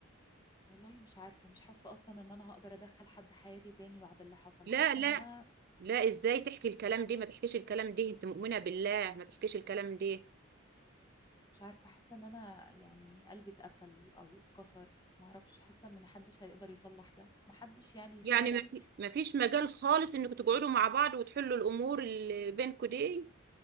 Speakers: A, on the left; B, on the right.
A: والله مش عارفة مش حاسة اصلا ان انا هقدر ادخل حد حياتي تاني بعد اللي حصل
B: لا
A: حاسة
B: لا
A: ان انا
B: لا إزاي تحكي الكلام دي ما تحكيش الكلام دي أنت مؤمنة بالله ما تحكيش الكلام دي
A: مش عارفة حاسة ان انا يعني قلبي اتقفل او اتكسر معرفش حاسة ان محدش هيقدر يصلح ده محدش يعني يستاهل
B: يعني ما في- ما فيش مجال خالص إنكم تقعدوا مع بعض وتحلوا الأمور اللي بينكم دي